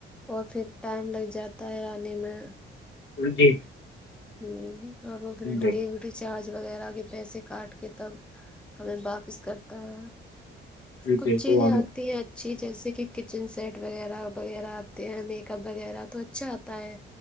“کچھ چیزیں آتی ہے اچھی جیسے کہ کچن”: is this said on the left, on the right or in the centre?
Centre